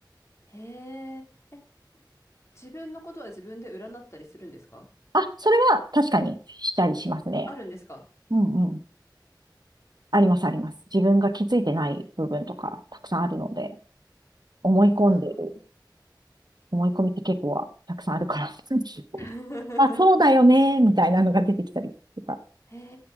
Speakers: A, on the left; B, on the right.
A: へえ。え、自分のことは自分で占ったりするんですか
B: あ、それは確かにしたりしますね。
A: あるんですか
B: うんうん。ありますあります。自分が気づいてない部分とかたくさんあるので、思い込んでいる
A: あ
B: 思い込みって結構はたくさんあるから。<laughs>
A: <laughs>
B: あ、そうだよね、みたいなのが出てきたりとか。
A: へ